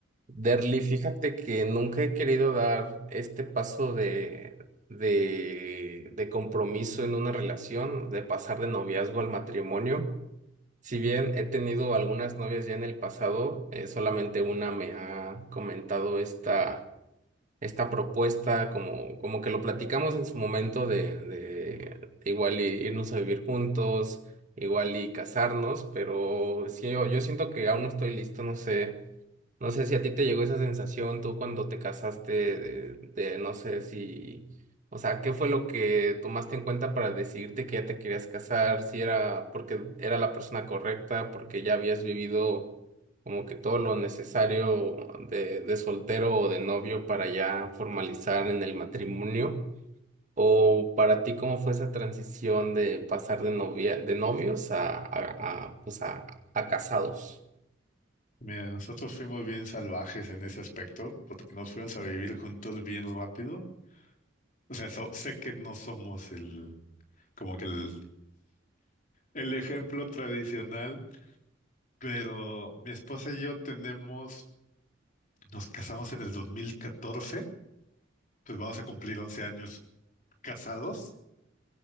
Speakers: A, on the right; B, on the left.
A: Derly, fíjate que nunca he querido dar este paso de, de, de compromiso en una relación, de pasar de noviazgo al matrimonio. Si bien he tenido algunas novias ya en el pasado, eh, solamente una me ha comentado esta, esta propuesta, como, como que lo platicamos en su momento de, de igual y irnos a vivir juntos, igual y casarnos, pero sí, yo, yo siento que aún no estoy listo, no sé. No sé si a ti te llegó esa sensación tú cuando te casaste, de, de no sé si, o sea, ¿qué fue lo que tomaste en cuenta para decidirte que ya te querías casar? Si era porque era la persona correcta, porque ya habías vivido como que todo lo necesario de, de soltero o de novio para ya formalizar en el matrimonio. ¿O para ti cómo fue esa transición de pasar de novia, de novios a, a, a, pues a, a casados?
B: Mira, nosotros fuimos bien salvajes en ese aspecto, porque nos fuimos a vivir juntos bien rápido. O sea, so- sé que no somos el, como que el, el ejemplo tradicional, pero mi esposa y yo tenemos, nos casamos en el 2014, pues vamos a cumplir 11 años casados,